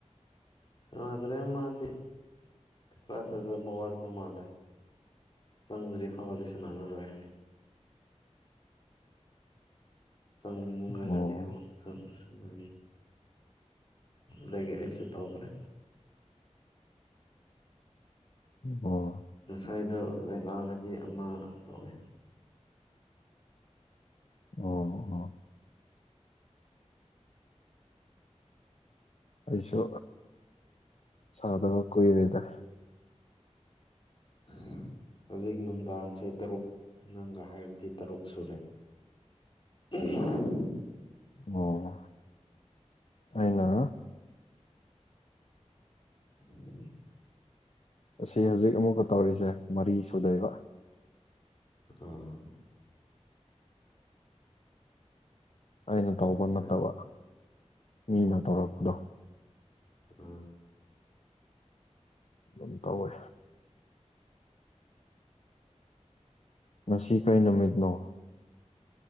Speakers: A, on the left; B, on the left.
A: ꯁꯗ꯭ꯔꯦ ꯃꯥꯗꯤ ꯊ ꯊꯖꯦ ꯕ ꯋꯥꯠꯄ ꯃꯥꯂꯦ ꯆꯪꯗ꯭ꯔꯤ ꯐꯥꯎꯔꯗꯤ ꯁꯅꯥꯔꯔꯣꯏ ꯍꯥꯏ ꯆꯪꯉ꯭ꯔꯒꯗꯤ
B: ꯑꯣ
A: ꯑꯃꯨꯛ ꯁꯜꯂꯨꯔꯁꯤ ꯃꯦ ꯂꯩꯒꯦ ꯑꯩꯁꯨ ꯇꯧꯗ꯭ꯔꯦ
B: ꯑꯣ
A: ꯉꯁꯥꯏꯗꯣ ꯑꯣꯏꯜꯂꯛꯑꯒꯗꯤ ꯑꯃ ꯇꯧꯋꯦ
B: ꯑꯣ ꯑꯣ ꯑꯩꯁꯨ ꯁꯥꯟꯅꯕ ꯀꯨꯏꯔꯦꯗ
A: <inaudible> ꯍꯧꯖꯤꯛ ꯅꯨꯡꯗꯥꯡꯁꯦ ꯇꯔꯨꯛ ꯅꯪꯒ ꯍꯥꯏꯔꯗꯤ ꯇꯔꯨꯛ ꯁꯨꯔꯦ ꯎ
B: ꯑꯣ ꯑꯅꯥ
A: ꯎꯝ
B: ꯑꯁꯤ ꯍꯧꯖꯤꯛ ꯑꯃꯨꯛꯀ ꯇꯧꯔꯤꯁꯦ ꯃꯔꯤ ꯁꯨꯗꯣꯏꯕ
A: ꯑꯥ
B: ꯑꯩꯅ
A: ꯂꯥꯁꯁꯦ
B: ꯇꯧꯕ ꯅꯠꯇꯕ ꯃꯤꯅ ꯇꯧꯔꯛꯄꯗꯣ
A: ꯑꯥ
B: ꯑꯗꯨꯝ ꯇꯧꯋꯦ ꯉꯁꯤ ꯀꯩ ꯅꯨꯃꯤꯠꯅꯣ